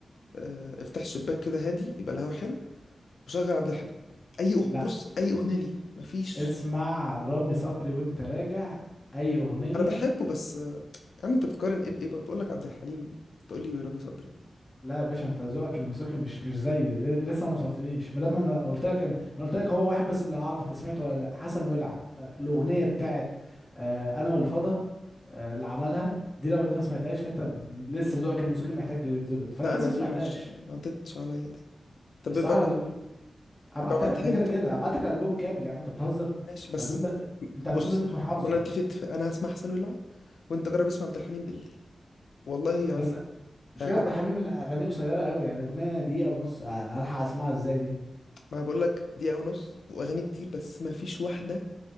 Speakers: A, on the left; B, on the left.
A: آه، افتح الشباك كده هادي يبقى الهوا حلو وشغل عبد الحليم اي أغ...
B: لا
A: بص اي اغنيه ليه مفيش
B: اسمع رامي صبري وانت راجع اي اغنية
A: انا بحبه بس آه، يا عم انت بتقارن ايه بايه بقول لك عبد الحليم بتقول لي رامي صبري
B: لا يا باشا انت ذوقك الموسيقي مش مش زي ل- لسه ما وصلتنيش ما دام انا قلت لك انا قلت لك هو واحد بس اللي هعرف انت سمعته ولا لا حسن ولع آه، الاغنية بتاعت آه، انا والفضا آه، اللي عملها دي لو انت ما سمعتهاش فانت ب- لسه ذوقك الموسيقي محتاج يتظبط فانت
A: لا انا
B: لسه ما
A: دي
B: سمعتهاش
A: مش ما عدتش عليا دي طب
B: الصراحة
A: ابقى
B: لو هبعتها
A: ابقى ابعتها
B: لك ده كده
A: لي طب
B: كده
A: كده
B: هبعت لك الالبوم كامل يا عم انت بتهزر
A: ماشي بس
B: الالبوم ده انت الالبوم
A: بص
B: ده لازم تكون حافظه
A: طب انا نتفق اتفاق. انا هسمع حسن ولعه وانت جرب اسمع عبد الحليم بالليل والله يعني
B: بس مش
A: هيعجبك
B: كده عبد الحميد من اغانيه قصيره قوي يعني اغنيه دقيقه ونص أ- الحق اسمعها ازاي دي
A: ما بقول لك دقيقه ونص واغاني كتير بس ما فيش واحده